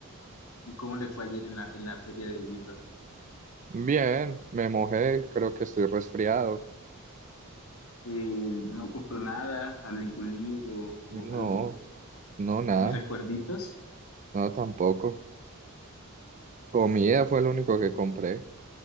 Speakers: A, on the left; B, on the right.
A: ¿Y cómo le fue ayer en la, en la feria del libro?
B: Bien, me mojé, creo que estoy resfriado.
A: Eh, no compró nada, a ningún libro o
B: No,
A: algo,
B: no, nada,
A: mis recuerditos
B: no tampoco. Comida fue lo único que compré.